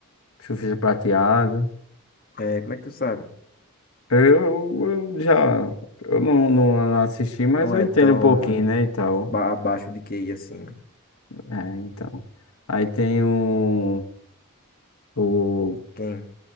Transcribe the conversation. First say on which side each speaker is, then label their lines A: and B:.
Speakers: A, on the left; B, on the left.
A: Surfista prateado.
B: É, como é que tu sabe?
A: Eu, eu já. Eu não, não assisti, mas
B: Não
A: eu
B: é
A: entendo
B: tão
A: um pouquinho, né? E tal.
B: ba- abaixo de QI assim, né?
A: É, então. Aí tem o, o
B: Quem?